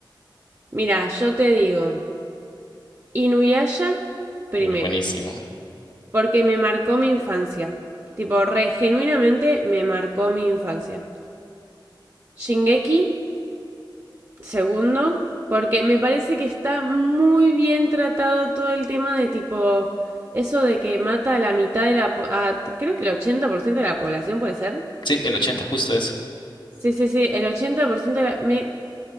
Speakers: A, on the right; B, on the left.
A: mira, yo te digo, Inuyasha primero,
B: Uy, buenísimo.
A: porque me marcó mi infancia. Tipo, re genuinamente me marcó mi infancia. Shingeki Segundo, porque me parece que está muy bien tratado todo el tema de tipo, eso de que mata a la mitad de la, a- creo que el 80% de la población puede ser.
B: Sí, el 80 justo eso.
A: Sí, sí, sí, el 80% de la, me,